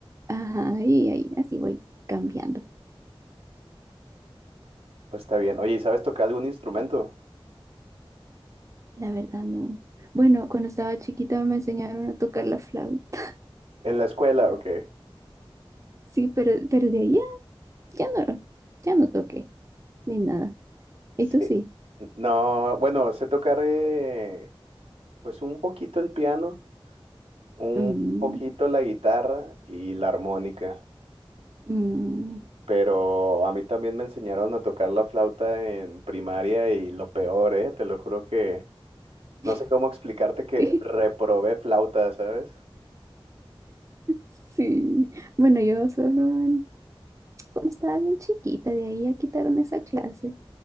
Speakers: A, on the right; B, on the right.
A: Ajá, y ahí así voy cambiando.
B: Pues está bien. Oye, ¿y sabes tocar algún instrumento?
A: La verdad no. Bueno, cuando estaba chiquita me enseñaron a tocar la flauta.
B: ¿En la escuela o qué?
A: Sí, pero, pero de ahí ya, ya no, ya no toqué ni nada. Esto
B: Sí.
A: sí.
B: N- No, bueno, sé tocar eh, pues un poquito el piano, un
A: Mm,
B: poquito la guitarra y la armónica.
A: mm,
B: Pero a mí también me enseñaron a tocar la flauta en primaria y lo peor, ¿eh? Te lo juro que no
A: <laughs>
B: sé cómo explicarte que
A: sí,
B: reprobé flauta, ¿sabes?
A: sí. Bueno, yo solo en- cuando estaba bien chiquita, de ahí ya quitaron esa clase.